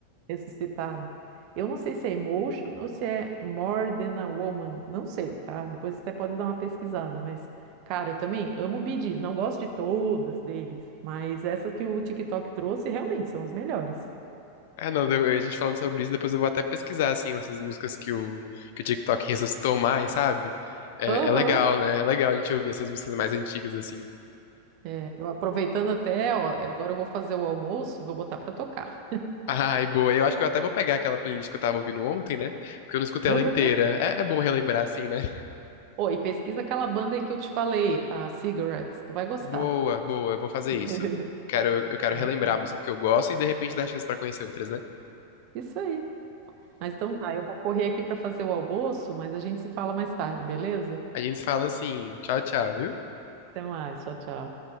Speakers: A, on the right; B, on the left.
A: ressuscitaram. Eu não sei se é Emotion ou se é More Than a Woman, não sei, tá? Depois você até pode dar uma pesquisada, mas, cara, eu também amo Bee Gees, não gosto de todas deles, mas essas que o TikTok trouxe realmente são as melhores.
B: É, não, deu- a gente falando sobre isso, depois eu vou até pesquisar, assim, essas músicas que o, que o TikTok ressuscitou mais, sabe? É,
A: Aham.
B: é legal, né? É legal a gente ouvir essas músicas mais antigas, assim.
A: É, eu aproveitando até, ó, é, agora eu vou fazer o almoço e vou botar pra tocar.
B: Ai, boa. Eu acho que eu até vou pegar aquela playlist que eu tava ouvindo ontem, né? Porque eu não escutei
A: Aham.
B: ela inteira. É, é bom relembrar, assim, né?
A: Ô, e pesquisa aquela banda aí que eu te falei, a Cigarettes, tu vai gostar.
B: Boa, boa, eu vou fazer
A: <laughs>
B: isso. Eu quero, eu quero
A: Então
B: relembrar
A: tá.
B: a música que eu gosto e de repente dar chance pra conhecer outras, né?
A: Isso aí. Mas então tá, eu vou correr aqui pra fazer o almoço, mas a gente se fala mais tarde, beleza?
B: A gente fala assim, tchau, tchau, viu?
A: Até mais. Tchau, tchau.